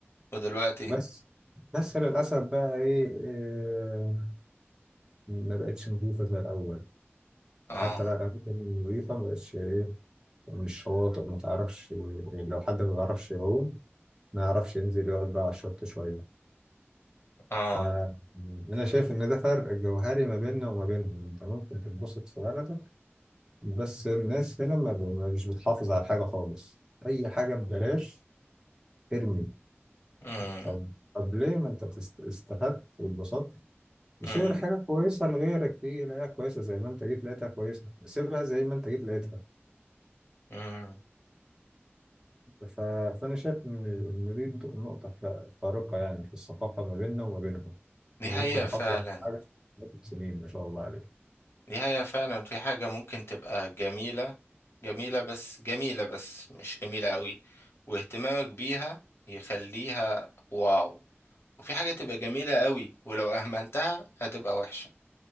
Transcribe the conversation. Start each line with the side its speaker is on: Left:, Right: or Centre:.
Left: ودلوقتي
Right: بس بس للأسف بقى إيه, إيه ما بقتش نظيفة زي الأول
Left: اه
Right: حتى بقى الأماكن النظيفة ما بقتش إيه مش شواطئ ما تعرفش لو حد ما بيعرفش يعوم ما يعرفش ينزل يقعد بقى على الشط شوية
Left: اه
Right: فأنا شايف إن ده فرق جوهري ما بيننا وما بينهم أنت ممكن تتبسط في بلدك بس الناس هنا ما ب- ما- مش بتحافظ على حاجة خالص أي حاجة مم. ببلاش ارمي
Left: امم
Right: طب طب ليه ما أنت تست- استفدت واتبسطت وسيب
Left: امم
Right: الحاجة كويسة لغيرك تيجي يلاقيها كويسة زي ما أنت جيت لقيتها كويسة سيبها زي ما أنت جيت لقيتها
Left: امم
Right: ف... فأنا شايف إن إن دي نقطة ف- فارقة يعني في الثقافة ما بيننا وما بينهم
Left: دي
Right: هم
Left: حقيقة
Right: ممكن يحافظوا
Left: فعلا
Right: على حاجة مدة سنين ما شاء الله عليهم
Left: دي حقيقة فعلا في حاجة ممكن تبقى جميلة جميلة بس جميلة بس مش جميلة قوي واهتمامك بيها يخليها واو وفي حاجة تبقى جميلة قوي ولو أهملتها هتبقى وحشة